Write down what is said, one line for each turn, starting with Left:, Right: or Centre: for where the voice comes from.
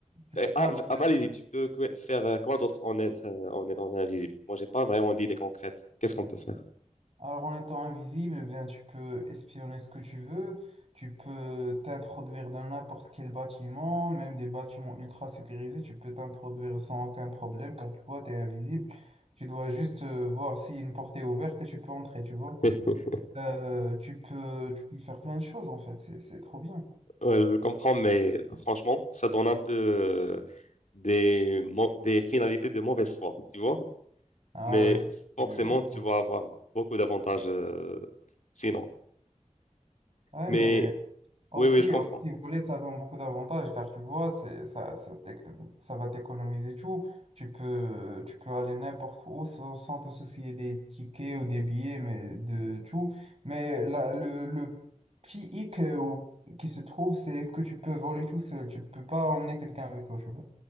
Right: tu
Left: euh,
Right: peux pas
Left: ah,
Right: avoir
Left: v- ah, vas-y, tu peux que- faire euh, quoi d'autre en être, euh, en étant invisible? Moi, j'ai pas vraiment d'idée concrète. Qu'est-ce qu'on peut faire?
Right: Alors en étant invisible, eh bien, tu peux espionner ce que tu veux, tu peux t'introduire dans n'importe quel bâtiment, même des bâtiments ultra sécurisés, tu peux t'introduire sans aucun problème. Quand tu vois, tu es invisible, tu dois juste euh, voir si une porte est ouverte et tu peux entrer, tu vois.
Left: <laughs>
Right: Euh, tu peux, tu peux faire plein de choses en fait, c'est, c'est trop bien.
Left: Ouais, je comprends, mais franchement, ça donne un peu euh, des, mo- des finalités de mauvaise foi, tu vois?
Right: Ah
Left: mais
Right: ouais, c'est-
Left: forcément,
Right: ouais,
Left: tu
Right: c'est-
Left: vas avoir beaucoup d'avantages euh, sinon.
Right: ouais,
Left: Mais
Right: mais... Aussi,
Left: oui, oui, je comprends.
Right: aussi, voler, ça donne beaucoup d'avantages car tu vois, c'est, ça, ça, t'éc- ça va t'économiser tout. Tu peux, tu peux aller n'importe où sans, sans te soucier des tickets ou des billets, mais de tout. Mais la, le, le petit hic euh, ou- qui se trouve, c'est que tu peux voler tout seul. Tu peux pas emmener quelqu'un avec toi, tu vois.